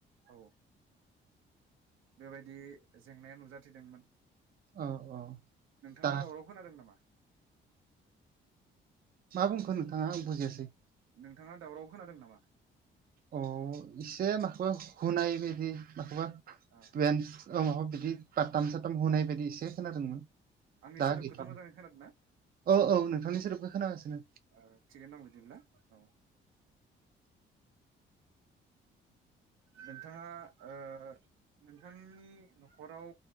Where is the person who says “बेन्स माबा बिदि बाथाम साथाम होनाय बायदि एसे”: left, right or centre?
Right